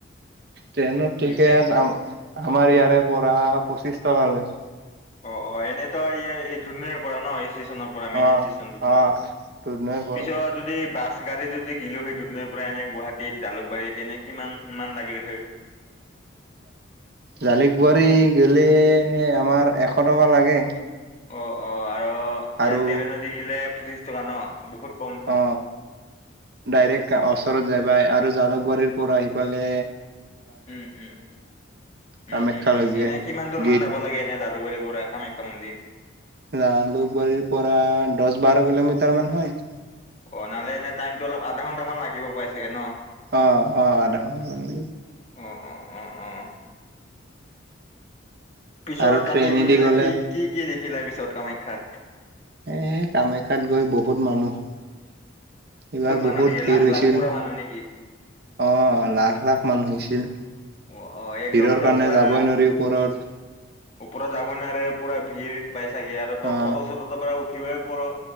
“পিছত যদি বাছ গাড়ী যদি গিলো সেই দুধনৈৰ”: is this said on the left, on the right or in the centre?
Left